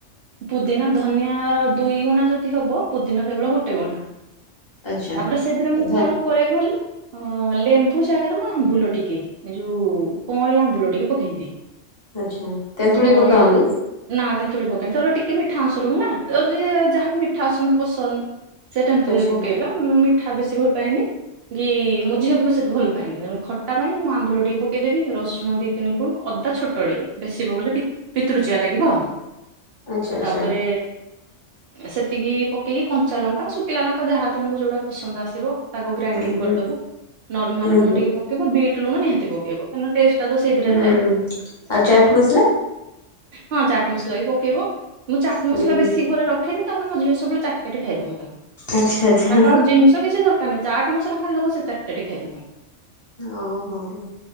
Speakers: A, on the right (about 60°); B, on the left (about 25°).
A: ପୁଦିନା ଧନିଆର ଦୁଇ ଗୁଣା ଯଦି ହବ ପୁଦିନା କେବଳ ଗୋଟେ ଗୁଣା।
B: ଆଚ୍ଛା।
A: ତାପରେ ସେଥିରେ ମୁଁ
B: ଧ
A: କଣ କରେ କହିଲ। ହଁ ଲେମ୍ବୁ ଜାଗାରେ ମୁଁ ଆମ୍ବୁଲ ଟିକେ ଏ ଯୋଉ କଅଁଳିଆ ଆମ୍ବୁଲ ଟିକେ ପକେଇଦିଏ।
B: ଆଚ୍ଛା। ତେନ୍ତୁଳି
A: କଅଁଳିଆ
B: ପକାଅନି?
A: ନା ତେନ୍ତୁଳି ପକାଏନି ତେତୁ ଟିକେ ମିଠା ଅଂସ ରୁହେନା ଯଦି ଯାହାକୁ ମିଠାସନ୍ଦ ପସନ୍ଦ। ସେ ତେନ୍ତୁଳି
B: ଆଚ୍ଛା
A: ପକେଇବେ ମୁଁ ମିଠା ବେଶୀ ଭଲ ପାଏନି। କି ମୋ ଝିଅ ବି ମୁ ସେତେ ଭଲ ପାଏନି ତେଣୁ ଖଟା ପାଇଁ ମୁଁ ଆମ୍ବୁଲ ଟିକେ ପକେଇଦେବି ରସୁଣ ଦି ତିନି କୋଳୁ ଅଦା ଛୋଟଟିଏ ବେଶି ପକେଇଲେ ପି ପିତୁରୁଚିଆ ଲାଗିବ।
B: ଆଚ୍ଛା ଆଚ୍ଛା
A: ତାପରେ। ସେତିକି ପକେଇକି କଞ୍ଚା ଲଙ୍କା, ଶୁକିଲା ଲଙ୍କା ଯାହା ତମକୁ ଯୋଉଡା ପସନ୍ଦ ଆସିବ। ତାକୁ ଗ୍ରାଇଣ୍ଡିଙ୍ଗ
B: ହୁଁ ହୁଁ
A: କରିଦବ। ନର୍ମାଲ
B: ହୁଁ
A: ଲୁଣ
B: ହୁଁ
A: ଟିକେ ପକେଇବ। ବିଟ୍ ଲୁଣ ନିହାତି ପକେଇବ କାହିଁକିନା ଟେଷ୍ଟଟା ତ ସେଇଥିରେ
B: ହୁଁ
A: ଥାଏ।
B: ଆଉ ଚାଟ୍ ମସଲା।
A: ହଁ ଚାଟ୍ ମସଲା ବି ପକେଇବ। ମୁଁ ଚାଟ୍
B: ହୁଁ
A: ମସଲା
B: ହୁଁ,
A: ବେଶୀ ଘରେ ରଖ୍ ଖେିନି କାରଣ ମୋ ଝିଅ ସବୁବେଳେ ଚାଟି ଚାଟି ଖାଇଦବ ତାକୁ
B: ଆଚ୍ଛା ଆଚ୍ଛା
A: ତାକୁ ଆଉ ଜିନିଷ କିଛି ଦର କାର ନା ଚାଟ୍ ମସଲା ଖାଲିଦବ ସେ ଚାଟିଚାଟି ଖାଇଦବ।
B: ଓହୋ ହୋ